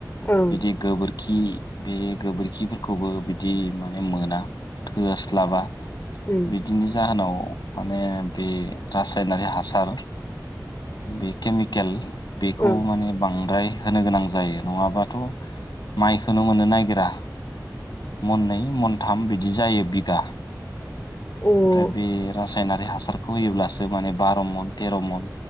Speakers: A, on the left; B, on the left.
A: ओं
B: बिदि गोबोर खि बे गोबोरखिफोरखौबो बि दि माने मोना थोआस्लाबा
A: उम
B: बिदिनि जाहोनाव माने बे रासायनारि हासार बे केमिकेल बेखौ
A: ओं
B: माने बांद्राय होनो गोनां जायो नङाबाथ' माइखौनो मोननो नागिरा मोननै मोनथाम बिदि जायो बिगा
A: अ
B: ओमफ्राय बे रा सायनारि हासारखौ होयोब्लासो माने बार' मन तेर' मन